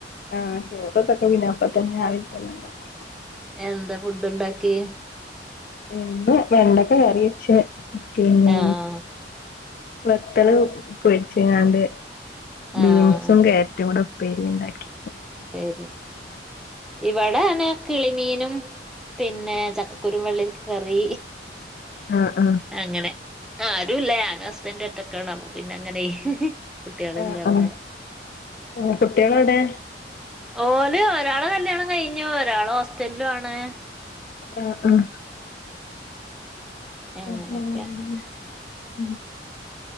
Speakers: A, on the left; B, in the centre.
A: ആഹ് ചോറതൊക്കെ പിന്നാവുമ്പത്തെന് രാവിലെ തന്നെ ണ്ടാക്കും
B: എന്താ ഫുഡ്ണ്ടാക്കി
A: ഇന്ന് വെണ്ടക്ക കറിവെച്ച് പിന്നെ
B: ആഹ്
A: വെത്തല് പൊരിച്ചങ്ങാണ്ട് ബീൻസും
B: ആഹ്
A: കേരറ്റും കൂടെ ഉപ്പേരിണ്ടാക്കി
B: ശരി ഇവിടെ ആണെ കിളിമീനും പിന്നെ ചക്കക്കുരും വെള്ളരിക്ക കറി
A: ആഹ് ആഹ്
B: അങ്ങനെ ആരും ഇല്ല ഞാനും ഹസ്ബന്റും ഒറ്റക്കാണ് അപ്പ പിന്ന അങ്ങനെ കുട്ടികളില്ല
A: ആഹ്
B: അവിടെ
A: ആഹ് ആഹ് കുട്ടികളെവിടെ
B: ഓല് ഒരാള് കല്ല്യാണം കഴിഞ്ഞു ഒരാള് ഹോസ്റ്റലിലും ആണ്
A: ആഹ് ആഹ്
B: അങ്ങനൊക്കെ
A: <unintelligible> ഉം